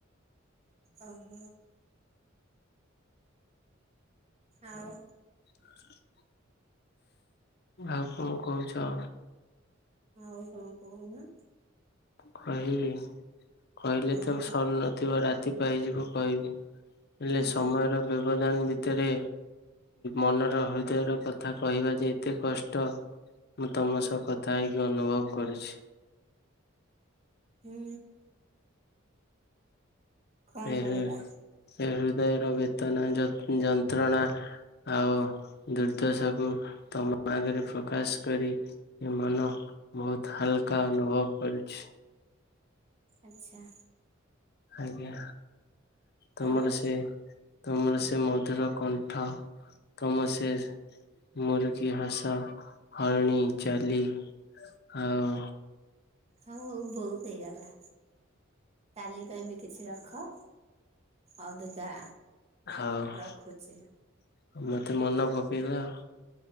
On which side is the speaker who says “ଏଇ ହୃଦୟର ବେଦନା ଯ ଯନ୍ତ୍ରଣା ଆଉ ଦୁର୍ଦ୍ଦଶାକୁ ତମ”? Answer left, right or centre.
Left